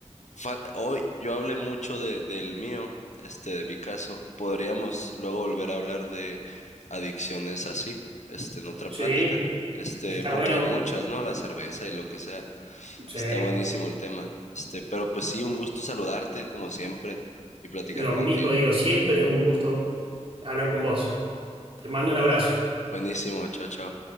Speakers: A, on the left; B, on the right.
A: fa- hoy yo hablé mucho de- del mío, este, de mi caso. Podríamos luego volver a hablar de adicciones así, este, en otra
B: sí,
A: plática. Este,
B: está
A: porque
B: bueno.
A: hay muchas, ¿no? La cerveza y lo que sea.
B: Sí.
A: Está buenísimo el tema. Este, pero pues sí, un gusto saludarte como siempre y platicar
B: Lo
A: contigo.
B: mismo digo, siempre es un gusto hablar con vos. Te mando un abrazo.
A: Buenísimo, chao, chao.